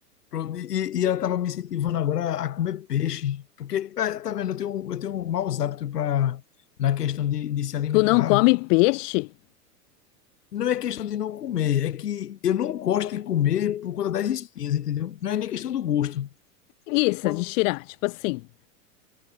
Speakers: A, on the left; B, on the left.
A: Pronto, E, e ela estava me incentivando agora a comer peixe, porque, é, tá vendo, eu tenho, eu tenho um maus hábitos pra, na questão de, de se alimentar.
B: Tu não come peixe?
A: Não é questão de não comer, é que eu não gosto de comer por conta das espinhas, entendeu? Não é nem questão do gosto.
B: Preguiça
A: Quando-
B: de tirar, tipo assim.